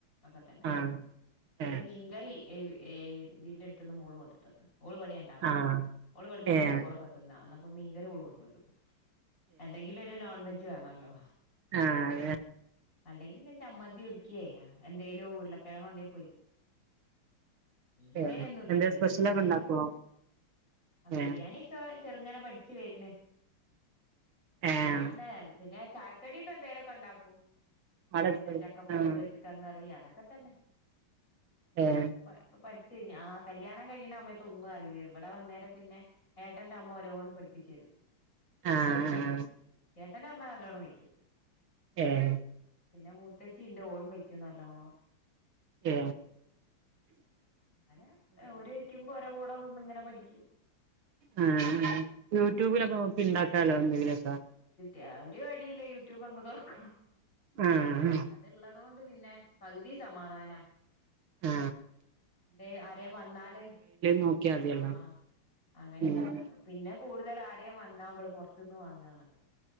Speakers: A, on the left; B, on the right.
A: ഒക്കെത്തന്നെ
B: ആഹ്
A: പിന്നെ
B: ഏഹ്
A: മീൻകറി. എവി എവിന്തെടുത്തുന്നു മോളു കൊണ്ടത്തന്ന് ഓളിവിടെയാ ഇണ്ടാവല്
B: ആഹ്
A: ഓളിവിടുന്നന്നെയാ
B: ഏഹ്
A: ചോറൊക്കെ തിന്നാ അപ്പം മീൻ കറി ഓളുകൊണ്ടന്നു എന്തെങ്കിലൊരു നോൺ വെ ജി വേണല്ലോ
B: ആ അതെ
A: അല്ലെങ്കി പിന്നെ ചമ്മന്തി ഒടിക്കയായ എന്തേലും ഉരുളക്കിഴങ്ങോ എന്തേ ഇങ്ങനെയൊന്നുമില്ല
B: ഏഹ് എന്തേ
A: ചെറുങ്ങാനൊക്കെ
B: സ്പെഷ്യലൊക്കെ ഉണ്ടാക്കോ
A: ആ ബിരിയാണി
B: ഏഹ്
A: ഒക്കെ ചെറുങ്ങനെ പഠിച്ചു വരണ് അല്ലാണ്ട്
B: ഏഹ്
A: പിന്നെ ചായക്കടി ഒക്കെന്തേലൊക്കെ ഉണ്ടാക്കും
B: അവിടെ
A: പിന്നെ ചക്കപ്പുഴുക്ക്
B: ആഹ്
A: ചിക്കൻ കറി അതൊക്കെ തന്നെ
B: ഏഹ്
A: പ്പ പഠിച്ച കഴിഞ്ഞ് ആ കല്യാണം കഴിയണ സമയതൊന്നും അറില്ലാരുന്നു ഇവിടെ വന്നേരം പിന്നെ ഏട്ടന്റെ അമ്മ ഓരോന്ന് പഠിപ്പിച്ചുരും
B: ആഹ് ആഹ്
A: എൻ്റെ അമ്മ നല്ലോണ്ണം വക്കും
B: ഏഹ്
A: പിന്നെ മൂത്തേച്ചി ഉണ്ട് ഓളും വെക്കും നല്ലോണം ആ
B: ഏ
A: അങ്ങനെ ഓര് കഴിക്കുമ്പോ ഓരോ കൂടെ നിന്ന് ഇങ്ങനെ പഠിക്കും
B: ആ യൂട്യൂബിലൊക്കെ നോ ക്കി ഉണ്ടാക്കാലോ അല്ലേ എന്ത് രസാ
A: രാ ഒരു വഴിയില്ലേ യൂട്യൂബ് അങ്ങ് താെർക്കും
B: ആഹ്
A: അത്ള്ളതോണ്ട് പിന്നെ പക് തി സമാധാനാ
B: ആ
A: എ ആരേം വന്നാല്
B: നോക്കിയാ മതിയല്ലോ
A: ആ അങ്ങനെക്കെണ്ടാക്കും
B: ഉം
A: പിന്നെ കൂട്തല് ആരേം വന്നാമ്മള് പൊർത്ത്ന്ന് വാങ്ങാണല്ലോ